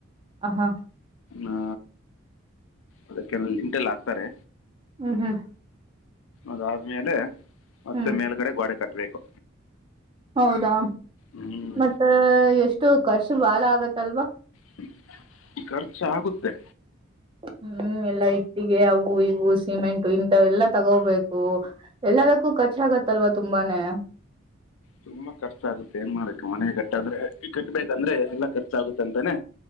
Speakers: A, on the right; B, on the left.
A: ಹ ಹಾ
B: ಹಾ ಅದಕ್ಕೆ ಲಿಂಟೆಲ್ಲ ಹಾಕ್ತಾರೆ.
A: ಹ್ಮ್ ಹ್ಮ್
B: ಅದಾದ್ಮೇಲೆ ಮತ್ತೆ
A: ಹ್ಮ್
B: ಮೇಲ್ಗಡೆ ಗೋಡೆ ಕಟ್ಬೇಕು.
A: ಹೌದಾ
B: ಹ್ಮ್
A: ಮತ್ತ ಎಷ್ಟು ಕಷ್ಟ ಷ್ಟ ಬಾಳ ಆಗತ್ತಲ್ವಾ?
B: ಹ್ಮ ಖರ್ಚ ಆಗುತ್ತೆ.
A: ಹ್ಮ್ ಎಲ್ಲಾ ಇಟ್ಟಿಗೆ ಅವು ಇವು ಸಿಮೆಂಟು ಇಂತ ಎಲ್ಲಾ ತಗೋಬೇಕು ಎಲ್ಲದಕ್ಕೂ ಖರ್ಚಾಗತ್ತಲ್ವಾ ತುಂಬಾನೇ,
B: ತುಂಬಾ ಕಷ್ಟ ಆಗುತ್ತೆ ಏನ್ ಮಾಡಾರಕ್ಕೆ ಮನೆ ಗಟ್ಟಾದ್ರೆನನ್ನನ್ನ ಕಟ್ಬೇಕಂದ್ರೆ ಎಲ್ಲಾ ಖರ್ಚಾಗುತ್ತೆ ಅಂತಾನೆ